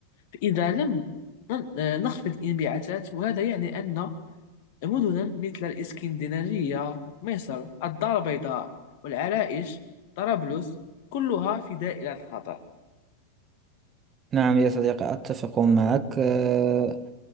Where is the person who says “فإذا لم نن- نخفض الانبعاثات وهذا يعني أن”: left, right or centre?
Left